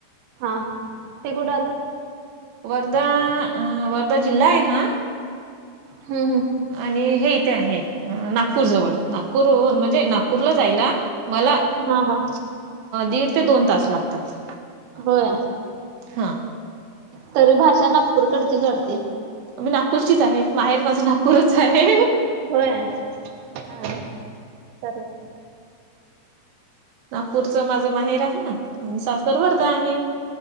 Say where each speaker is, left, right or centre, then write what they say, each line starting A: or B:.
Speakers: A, on the right; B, on the right.
A: हा ते कुठे आलं?
B: वर्धा, वर्धा जिल्हा आहे हा
A: हम्म, हम्म.
B: आणि हे इथे आहे नागपूर जवळ नागपूरुन म्हणजे नागपूरला जायला मला
A: हा हा.
B: दीड ते दोन तास लागतात.
A: होय
B: हा
A: तरी भाषा नागपूरकडची वाटते.
B: मी नागपूरचीच आहे माहेर माझं नागपूरच आहे.
A: होय हा चालेल.
B: नागपूरच माझं माहेर आहेना, सासर वर्धा आहे.